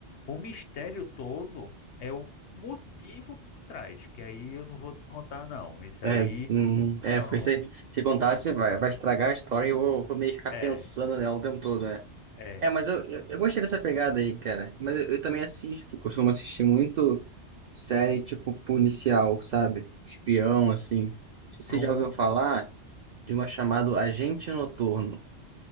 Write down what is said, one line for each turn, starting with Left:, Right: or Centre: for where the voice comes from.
Left: O mistério todo é o motivo por trás, que aí eu não vou te contar não. Isso
Right: É,
Left: aí
Right: hum, é,
Left: é
Right: porque
Left: um,
Right: se, se contar, você vai, vai estragar a história e eu vou, vou meio que ficar
Left: é,
Right: pensando nela o tempo todo, né?
Left: é
Right: É, mas eu, eu, eu gostei dessa pegada aí, cara. Mas eu, eu também assisto, costumo assistir muito série tipo policial, sabe? Espião, assim. Não sei se
Left: pronto.
Right: Você já ouviu falar de uma chamada Agente Noturno?